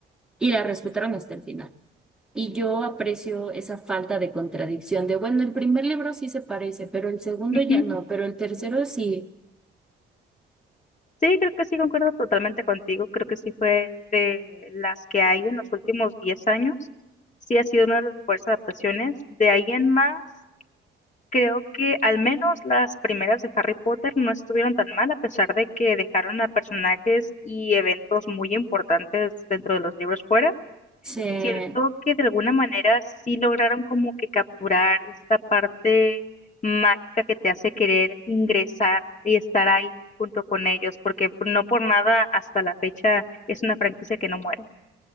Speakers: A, in the centre; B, on the left.
A: y la respetaron hasta el final. Y yo aprecio esa falta de contradicción de, bueno, el primer libro sí se parece, pero el segundo
B: ujú.
A: ya no, pero el tercero sí
B: Sí, creo que sí, concuerdo totalmente contigo. Creo que sí fue de las que hay en los últimos 10 años. Sí ha sido una de las mejores adaptaciones. De ahí en más, Creo que al menos las primeras de Harry Potter no estuvieron tan mal, a pesar de que dejaron a personajes y eventos muy importantes dentro de los libros fuera.
A: se...
B: Siento que de alguna manera sí lograron como que capturar esta parte mágica que te hace querer ingresar y estar ahí junto con ellos, porque no por nada hasta la fecha es una franquicia que no muere.